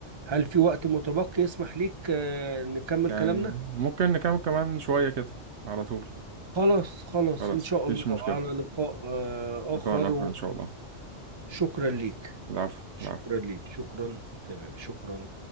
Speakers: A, on the right (about 25°); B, on the right (about 65°).
A: هل
B: أكيد.
A: في وقت متبقي يسمح ليك آه، نكمل
B: يعني
A: كلامنا؟
B: ممكن نكمل كمان شوية كده على طول
A: خلاص خلاص
B: خلاص
A: إن شاء
B: مفيش
A: الله
B: مشكلة
A: على لقاء آه،
B: لقاء
A: آخر
B: آخر إن شاء الله
A: وشكرا ليك
B: العفو
A: شكرا
B: العفو
A: ليك شكرا تمام شكرا